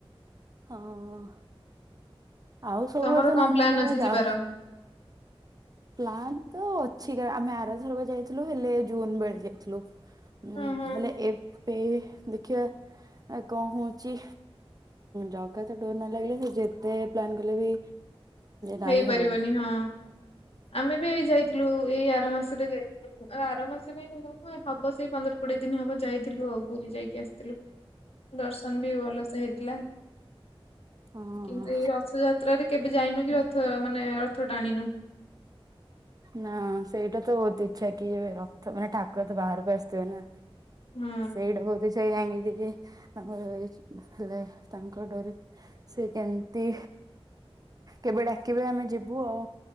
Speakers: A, on the right (about 40°); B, on the left (about 75°).
A: ହଁ ଅଁ ଆଉ ସବୁବେଳେ
B: ତମର
A: ତ
B: କଣ
A: ନରମାଲି
B: ପ୍ଲାନ୍
A: ଆମେ
B: ଅଛି
A: ଯାଉ।
B: ଯିବାର?
A: ପ୍ଲାନ୍ ତ ଅଛି, ଆମେ ଆରଥରକ ଯାଇଥିଲୁ ହେଲେ ଜୁନ ବେଳେ ଯାଇଥିଲୁ। ହୁଁ
B: ହଁ ହଁ
A: ହେଲେ ଏବେ ଦେଖିବା ଆଉ କଣ ହଉଛି ଜକା ତ ଡୋର ନ ଲାଗିଲେ ସେ ଯେତେ ପ୍ଲାନ୍ କଲେ ବି ଯାଇ
B: ହେଇପାରିବନି
A: ହବନି।
B: ହଁ, ଆମେ ବି ଏ ଯାଇଥିଲୁ। ଏଇ ଆର ମାସରେ ଯାଇଥିଲୁ, ଆର ମାସ ପାଇଁ ନୁ ହବ ସେଇ ପନ୍ଦର କୋଡିଏ ଦିନ ହବ ଯାଇଥିଲୁ ଆଉ ପୁରୀ ଯାଇଥିଲୁ। ଆସିଥିଲୁ, ଦର୍ଶନ ବି ଭଲସେ ହେଇଥିଲା।
A: ହଁ
B: କିନ୍ତୁ ଏଇ ରଥଯାତ୍ରାରେ କେବେ ଯାଇନୁ, କି ରଥ ମାନେ ରଥ ଟାଣିନୁ।
A: ନା ସେଇଟା ତ ବହୁତ ଇଛା, କି ଏ ରକ୍ଥ ମାନେ ଠାକୁର ତ ବାହାରକୁ ଆସିଥିବେ ନା?
B: ହଁ
A: ସେଇଟା ବହୁତ ସେଇ ଆଙ୍ଗ ଟି ଆମର ଏଇ ହେଲେ ତାଙ୍କ ଡରି ସେ କେମିତି? କେବେ ଡାକିବେ ଆମେ ଯିବୁ ଆଉ